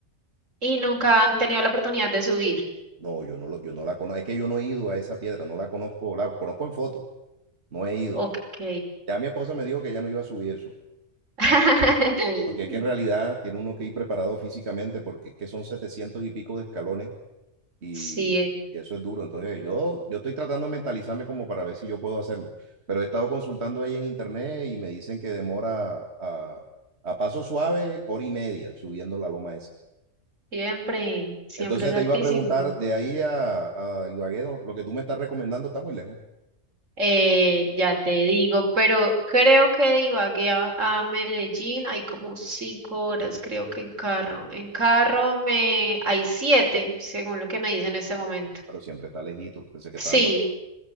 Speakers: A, on the right; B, on the right.
A: y nunca han tenido la oportunidad de subir.
B: No, yo no, lo, yo no la conozco, es que yo no he ido a esa piedra, no la conozco, la conozco en foto, No he ido.
A: Ok.
B: Ya mi esposa me dijo que ya no iba a subir eso,
A: <laughs>
B: porque es que en realidad tiene uno que ir preparado físicamente, porque es que son 700 y pico de escalones y,
A: Sí,
B: y eso es duro. Entonces yo, yo estoy tratando de mentalizarme como para ver si yo puedo hacerlo, pero he estado consultando ahí en internet y me dicen que demora a, a paso suave hora y media subiendo la loma esa.
A: Siempre, siempre
B: Entonces
A: es
B: te
A: hartísimo.
B: iba a preguntar, de ahí a, a Ibagué, lo lo que tú me estás recomendando está muy lejos,
A: Eh, ya te digo, pero creo que de Ibagué a, a Medellín hay como cinco horas, creo que en carro. En carro me hay siete, según lo que me dice en este momento.
B: pero siempre está lejito. Pensé que
A: Sí,
B: estaba más...